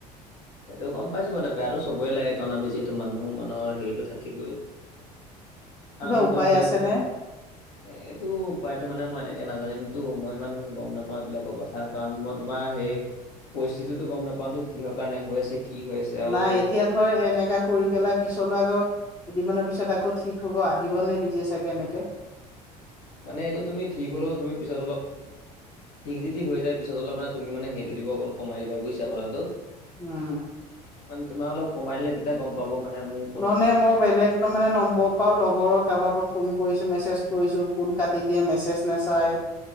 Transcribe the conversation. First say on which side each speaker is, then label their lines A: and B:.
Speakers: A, on the left; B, on the left.
A: সেইটো গম পাইছো বাৰু বেয়াটো চবই লাগে কাৰণ আমি যিহেতু মানুহ মানুহৰ হেৰিতো থাকিবই।
B: কিবা
A: আনন্দ
B: উপায়
A: হেৰি
B: আছেনে
A: থাকে। এ এইটো উপায়তো মানে মই এনেকে নাজানিমতো, মই ইমান গম নাপাও এইবিলাকৰ ক থা কাৰণ মই তোমাৰ সেই পৰিস্থিতিটো গম নাপালো কিহৰ কাৰণে হৈ আছে কি হৈ আছে আৰু
B: নাই এতিয়া ধৰ এনেকা কৰি পেলাই পিছলৈ আকৌ কেইদিনমানৰ পিছত আকৌ ঠিক হব আহিব নে নিজে চাগে এনেকে
A: মানে এইটো তুমি ঠিক হলেও তুমি পিছত অলপ ঠিক যদি হৈ যায় পিছত অলপ মানে তুমি মানে সেইটো দিব অকণ কমাই দিবা বুইছা কথাটো।
B: উম
A: মানে তোমাৰ অলপ কমাই দিলে তেতিয়া গম পাব মানে মোক
B: ননে মই বেলেগ মানে নম্বৰ পাও লগৰ কাৰোবাৰ পৰা ফোন কৰিছো, মেছেজ কৰিছো, ফোন কাটি দিয়ে, মেছেজ নাচাই